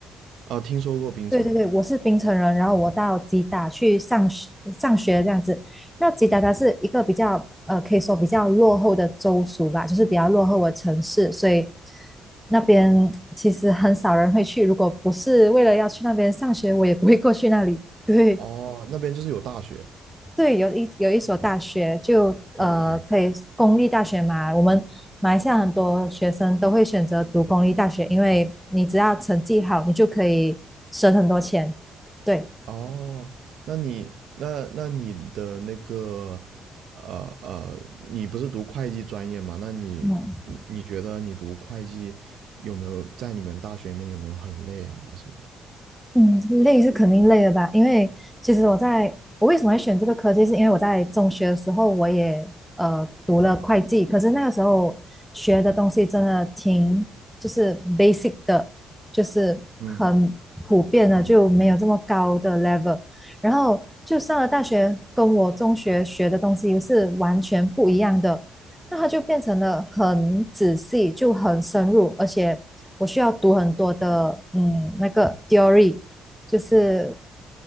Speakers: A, on the right (about 70°); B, in the centre.
A: 啊，听说过槟城
B: 对对对，我是槟城人，然后我到吉打去上学上学这样子。那吉打它是一个比较呃，可以说比较落后的州属吧，就是比较落后的城市，所以那边其实很少人会去。如果不是为了要去那边上学，我也不会过去那里。对。
A: 哦，那边就是有大学。
B: 对，有一有一所大学就呃可以公立大学嘛，
A: OK，
B: 我们马来西亚很多学生都会选择读公立大学，因为你只要成绩好，你就可以省很多钱。对，
A: 哦，那你那那你的那个呃呃，你不是读会计专业吗？那你你你觉得你读会计有没有在你们大学里面有没有很累啊什么的？
B: 嗯。嗯，累是肯定累的吧？因为其实我在，我为什么会选这个科技，是因为我在中学的时候我也呃读了会计，可是那个时候学的东西真的挺就是 basic 的，就是很普遍的，
A: 嗯，
B: 就没有这么高的 level。然后就上了大学，跟我中学学的东西是完全不一样的，那它就变成了很仔细，就很深入，而且我需要读很多的嗯那个 theory。就是